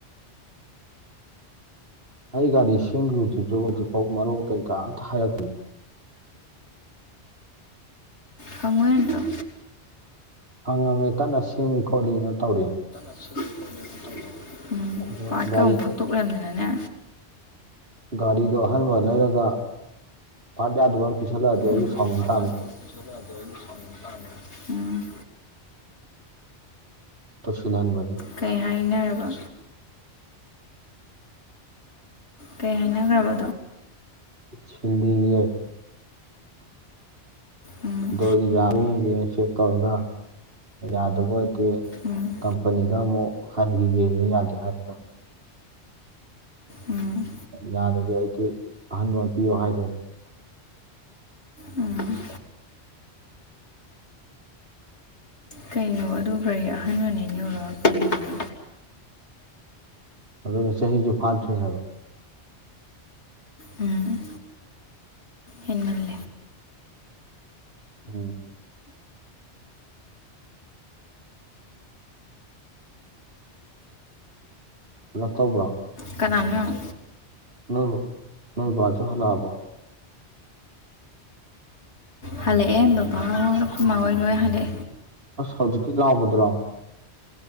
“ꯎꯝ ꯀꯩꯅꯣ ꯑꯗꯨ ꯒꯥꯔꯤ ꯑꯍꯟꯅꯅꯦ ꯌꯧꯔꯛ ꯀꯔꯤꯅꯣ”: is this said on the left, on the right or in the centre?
Left